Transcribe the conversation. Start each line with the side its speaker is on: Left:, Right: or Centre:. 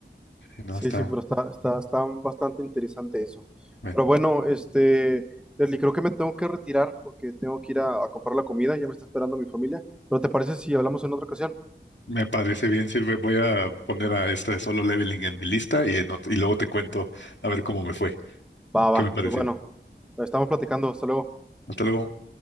Left: Y no
Centre: Sí,
Left: está,
Centre: sí, pero está, está, está bastante interesante eso.
Left: bueno,
Centre: Pero bueno, este, Leslie, creo que me tengo que retirar porque tengo que ir a, a comprar la comida, ya me está esperando mi familia. ¿Pero te parece si hablamos en otra ocasión?
Left: me parece bien, sirve, voy a poner a esta de solo leveling en mi lista y, en ot- y luego te cuento a ver cómo me fue,
Centre: Va, va,
Left: qué me pareció.
Centre: pues bueno, estamos platicando, hasta luego.
Left: Hasta luego.